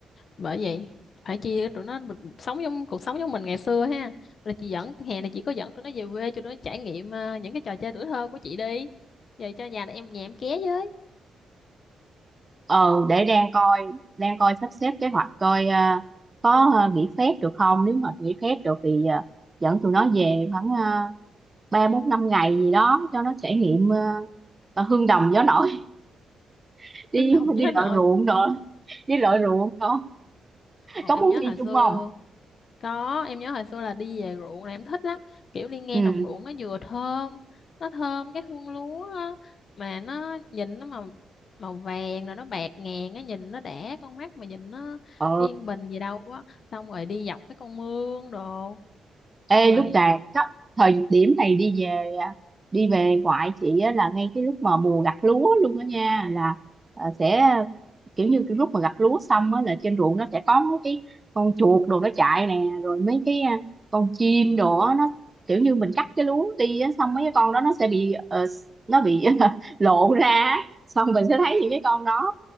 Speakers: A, on the left; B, on the right.
A: Bởi vậy phải chia tụi nó mình sống trong cuộc sống giống mình ngày xưa ha là chị dẫn hè này chị có dẫn tụi nó về quê cho nó trải nghiệm ờ, những cái trò chơi tuổi thơ của chị đi về cho nhà này em nhà em ké với
B: ờ để đang coi đang coi sắp xếp kế hoạch coi ờ, có ờ, nghỉ phép được không nếu mà nghỉ phép được thì ờ, dẫn tụi nó về khoảng ờ, ba bốn năm ngày gì đó cho nó trải nghiệm ờ, ờ, hương đồng gió nổi <laughs>
A: <laughs>
B: đi
A: hương đồng với
B: đi
A: nội
B: lội ruộng rồi đi
A: ừ.
B: lội ruộng con
A: Ồ,
B: có
A: em
B: muốn
A: nhớ
B: đi
A: hồi
B: chung
A: xưa
B: không
A: Có, em nhớ hồi xưa là đi về ruộng là em thích lắm. Kiểu đi ngang
B: ừ
A: đồng ruộng nó vừa thơm, nó thơm cái hương lúa á, mà nó nhìn nó màu màu vàng rồi nó bạc ngàn nó nhìn nó đã con mắt mà nhìn nó
B: ờ
A: yên bình gì đâu á. Xong rồi đi dọc cái con mương đồ.
B: Ê,
A: Rồi,
B: lúc là có- thời điểm này đi về đi về ngoại chị á, là ngay cái lúc mà mùa gặt lúa luôn đó nha là ờ, sẽ kiểu như cái lúc mà gặt lúa xong á, là trên ruộng nó sẽ có mấy cái con chuột đồ nó chạy nè rồi mấy cái ờ, con chim đồ á, nó kiểu như mình cắt cái lúa đi á, xong mấy cái con đó nó sẽ bị ờ, nó bị <laughs> lộ ra á. xong mình sẽ thấy những cái con đó